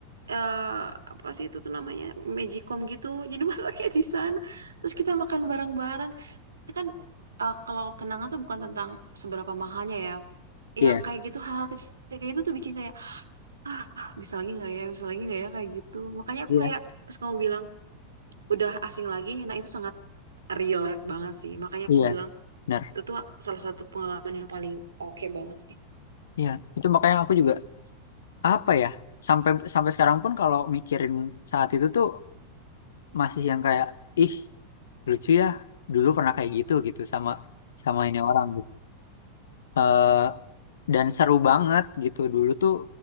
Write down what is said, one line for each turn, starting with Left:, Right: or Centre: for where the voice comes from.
Right: eh, apa sih itu tuh namanya magicom gitu jadi <laughs> masaknya di sana terus kita makan bareng-bareng Kita kan eh, kalau kenangan tuh bukan tentang seberapa mahalnya ya
Left: iya,
Right: yang kayak gitu hal-hal kecil kayak gitu tuh bikin kayak "Ah, bisa lagi nggak ya bisa lagi nggak ya kayak gitu makanya aku
Left: iya,
Right: kayak pas kamu bilang udah asing lagi nah itu sangat relate banget sih makanya
Left: iya,
Right: aku bilang
Left: benar.
Right: itu tuh salah satu pengalaman yang paling oke banget sih
Left: Iya, itu makanya aku juga apa ya sampai sampai sekarang pun kalau mikirin saat itu tuh masih yang kayak ih lucu ya dulu pernah kayak gitu gitu sama sama ini orang gitu. Eh, dan seru banget gitu dulu tuh